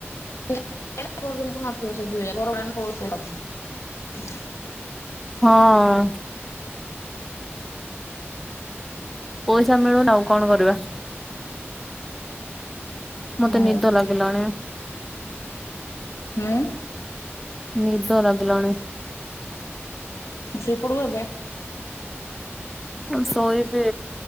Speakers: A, on the left (about 80°); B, in the centre.
A: <inaudible> ପରଦିନକୁ ନଥିବ ସେ ଦୁଇ ହଜାର ଘର ଭଡ଼ା ପଳଉଛି ପଇସା
B: ହଁ। <inaudible> ଯାହା ମିଳୁ ଆଉ କଣ କରିବା? ମତେ
A: ହୁଁ
B: ନିଦ ଲାଗିଲାଣି।
A: ହୁଁ
B: ନିିଦ ଲାଗିଲାଣି।
A: ସେପଟୁ ଏବେ
B: ମୁଁ ଶୋଇବି